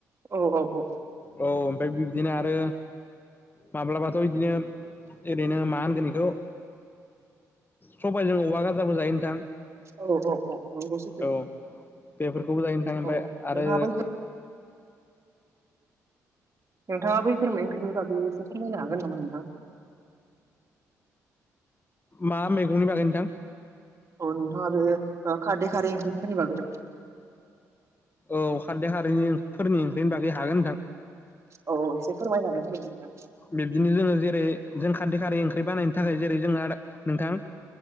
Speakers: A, on the right; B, on the left.
A: औ औ
B: औ ओ बिब्दिनो आरो माब्लाबाथ' बिदिनो ओरैनो मा होनगोन बेखौ सबायजों औवा गाजाबो जायो। नोंथां
A: औ औ औ नंगौ सैथो
B: औ बेफोरखौबो जायो नोंथां ओमफाय
A: औ नोंथाङा
B: आरो
A: बै नोंथाङा बैफोर ओंख्रिनि बागै एसे फोरमायनो हागोन नामा नोंथां
B: मा मैगंनि बागै नोंथां
A: औ नोंथाङा बे खारदै खारै ओंख्रिफोरनि बागै
B: औ खारदै खारैनि फोरनि ओंख्रिनि बागै हागोन नोंथां
A: औ औ एसे फोरमायनानै होदो नोंथां
B: बिब्दिनो जोङो जेरै जों खारदै खारै ओंख्रि बानायनो थाखाय जेरै जोंहा नोंथां